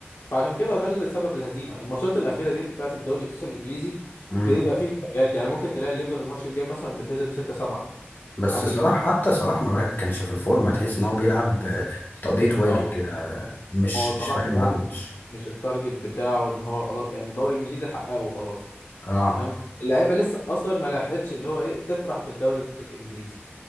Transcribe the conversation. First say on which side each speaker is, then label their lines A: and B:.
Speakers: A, on the left (about 75°); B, on the left (about 50°).
A: فعشان كده ده اللي سبب الهزيمه الماتشات الاخيره دي بتاعت الدوري خصوصا الانجليزي
B: مم.
A: بيبقى فيه مفاجآت يعني ممكن تلاقي الليفر الماتش الجاي مثلا بتهزم 6 7
B: بس
A: عادي
B: صلاح
A: جدا
B: حتى صلاح ما كانش في الفورمة تحس ان هو بيلعب آه، تقضية واجب
A: اه
B: كده آه، مش
A: هو صلاح
B: مش فارق
A: دلوقتي
B: معاه الماتش
A: مش مش التارجت بتاعه ان هو خلاص يعني دوري انجليزي حققه وخلاص
B: اه
A: تمام اللعيبه لسه اصلا ما لحقتش اللي هو ايه تفرح بالدوري الانجليزي